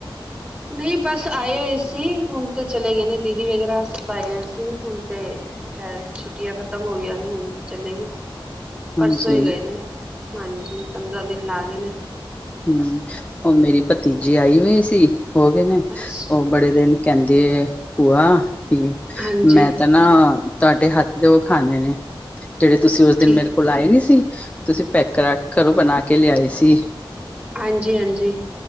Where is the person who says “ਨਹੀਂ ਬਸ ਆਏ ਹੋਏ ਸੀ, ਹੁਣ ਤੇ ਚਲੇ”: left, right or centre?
Right